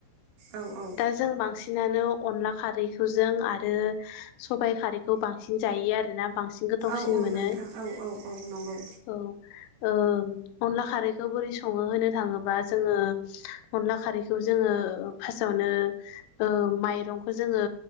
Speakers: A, on the right; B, on the left.
A: औ औ
B: दा जों बांसिनानो अनला खारैखौ जों आरो सबाय खारैखौ बांसिन जा जायो आरोना बांसिन गोथावसिन
A: औ औ
B: मोनो
A: नोंथां औ औ नंगौ गामला
B: औ ओ अनला खारैखौ बोरै सङो होनो थाङोबा जोङो अनला खारैखौ जोङो फास सावनो ओ माइरंखौ जोङो